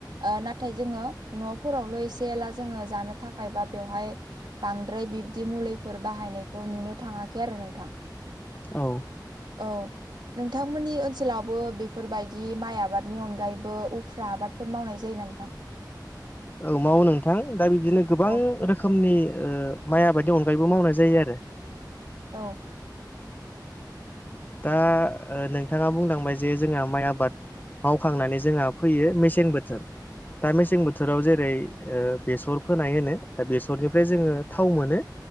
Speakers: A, on the right; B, on the left.
A: ओ नाथाय जोङो न'फोरावल' एसे एला जोङो जानो थाखाय बा बेवहाय बांद्राय बिब्दि मुलिफोर बाहायनायखौ नुनो थाङाखै आरो नोंथां।
B: औ।
A: औ। नोंथांमोननि ओनसोलावबो बेफोरबायदि माइ आबादनि अनगायैबो उफ्रा आबादफोर मावनाय जायो ना नोंथां?
B: औ मावो नोंथां दा बिबदिनो गोबां
A: औ
B: रोखोमनि माइ आबाददि अनगायैबो मावनाय जायो आरो।
A: औ।
B: दा ओ नोंथाङा बुंलांबाय जे जोंहा माइ आबाद मावखांनानै जोंहा फैयो मेसें बोथोर। दा मेसें बोथोराव जेरै ओ बेसर फोनाय होनो दा बेसरनिफ्राय जोङो थाव मोनो।